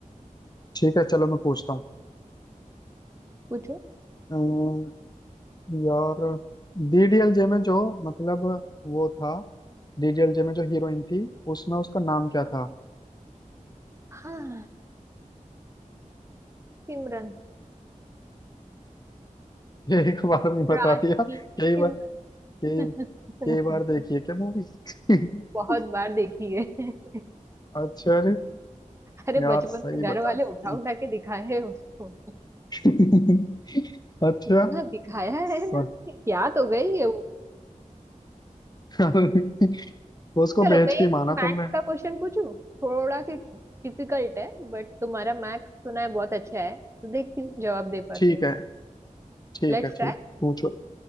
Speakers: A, on the left; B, on the right.
A: ठीक है चलो मैं पूछता हूँ
B: पूछो
A: अम, यार डीडीएलजे में जो मतलब वो था डीडीएलजे में जो हीरोइन थी उसमें उसका नाम क्या था
B: हाँ सिमरन
A: <laughs> ये एक बार में बता
B: राज
A: दिया
B: की
A: कई
B: सिमरन
A: बार के
B: <laughs>
A: के बार देखिए क्या मूवी <laughs>
B: बहुत बार देखी है <laughs>
A: अच्छा अरे
B: अरे
A: यार
B: बचपन
A: सही
B: में घर
A: बता
B: वाले
A: दी
B: उठा उठा के दिखाए हैं उसको
A: <laughs> अच्छा
B: इतना दिखाया
A: सॉरी
B: है ना याद हो गई है वो
A: <laughs> उसको
B: चलो
A: भेज
B: मैं
A: के
B: एक
A: ही माना
B: मैथ्स
A: तुमने
B: का क्वेश्चन पूछूं थोड़ा सी डिफिकल्ट है बट तुम्हारा मैथ्स सुना है बहुत अच्छा है तो देखती हूँ जवाब दे पाती
A: ठीक
B: हूँ
A: है ठीक
B: Let's
A: है ठीक
B: try
A: पूछो